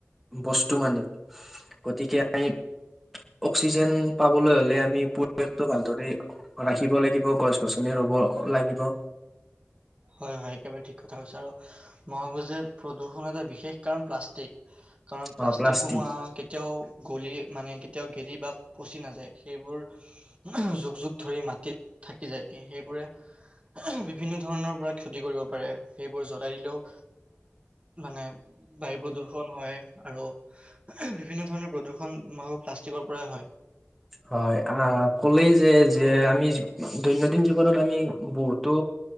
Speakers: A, in the centre; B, on the right.
A: বস্তু মানি গতিকে আমি অক্সিজেন পাবলৈ হ'লে আমি পৰিৱেশটো ভালদৰে ৰাখিব লাগিব গছ গছনি ৰুব লাগিব
B: হয় হয় একেবাৰে ঠিক কথা কৈছা আৰু মই ভাবো যে প্ৰদূষণৰ এটা বিশেষ কাৰণ প্লাষ্টিক কাৰণ প্লাষ্টিকসমূহ
A: অ প্লাষ্টিক
B: আও কেতিয়াও গলি মানে কেতিয়াও গেলি বা পচি নাযায় সেইবোৰ যুগ যুগ ধৰি মাটিত থাকি যায় সেইবোৰে বিভিন্ন ধৰণৰ পৰা ক্ষতি কৰিব পাৰে সেইবোৰ জ্বলাই দিলেও মানে বায়ু প্ৰদূষণ হয় আৰু বিভিন্ন ধৰণৰ প্ৰদূৰষণ প্লাষ্টিকৰ পৰাই হয়
A: হয় আহ ক'লেই যে যে আমি দৈনন্দিন জীৱনত আমি বহুতো